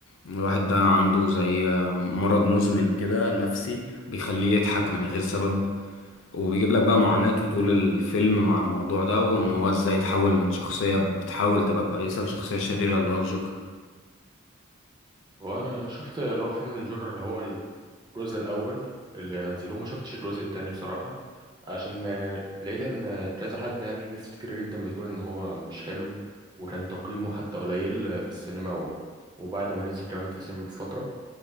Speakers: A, on the left; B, on the right.
A: الواحد ده عنده زي مرض مزمن كده نفسي بيخليه يضحك من غير سبب وبيجيب لك بقى معاناته طول الفيلم مع الموضوع ده وان هو ازاي يتحول من شخصية بتحاول تبقى كويسة لشخصية شريرة اللي هو الجوكر
B: وانا شفت اللي هو فيلم الجورة اللي هو الجزء الاول اللي نزلوه ما شفتش الجزء التاني بصراحه عشان آه، لقيت ان آه، كذا حد يعني ناس كتير جدا بتقول ان هو مش حلو وكان تقييمه حتى قليل آه، في السينما و... وبعد ما نزل كمان في السينما بفتره